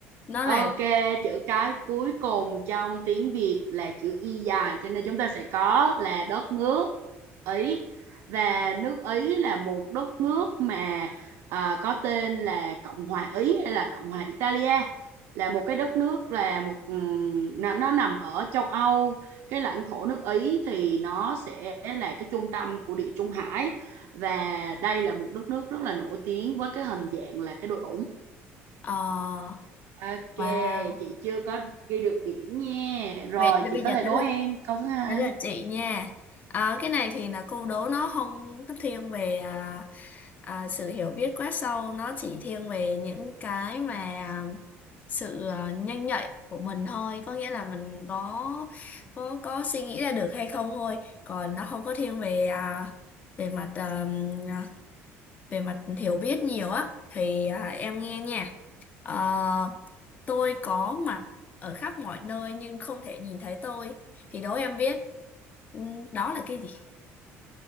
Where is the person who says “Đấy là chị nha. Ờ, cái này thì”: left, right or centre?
Left